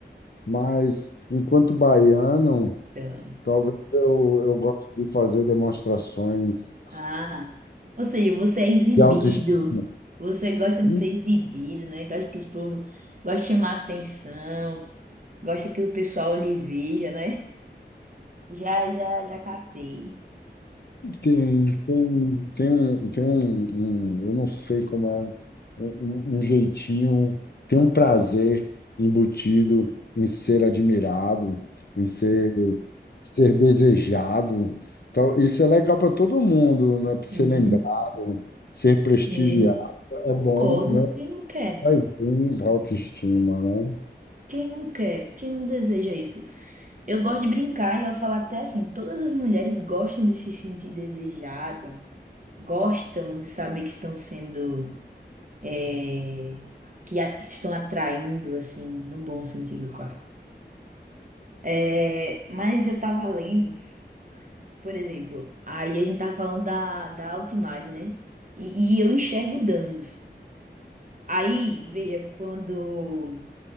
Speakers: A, on the left; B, on the right.
A: Mas, enquanto baiano,
B: Então,
A: Talvez eu, eu goste de fazer demonstrações
B: ah, ou seja, você é exibido.
A: de autoestima.
B: Você gosta
A: Tem,
B: de ser exibido, né? Gosta que o povo gosta de chamar atenção, gosta que o pessoal lhe veja, né? Já, já, já captei.
A: tem, tem, um, tem um, um- eu não sei como é, um, um um jeitinho, tem um prazer embutido em ser admirado, em ser, ser desejado. Então, isso é legal para todo mundo, né? Ser
B: Sim,
A: lembrado, ser prestigiado.
B: sim,
A: É
B: concordo.
A: bom, né?
B: Quem não quer?
A: Faz bem para a autoestima, né?
B: Quem não quer? Quem não deseja isso? Eu gosto de brincar e eu falo até assim, todas as mulheres gostam de se sentir desejada, gostam de saber que estão sendo, é, que, a- que estão atraindo, assim, no bom sentido, claro. É, mas eu tava lendo, por exemplo, aí a gente tava falando da, da autoimagem, né? E, e eu enxergo danos. Aí, veja, quando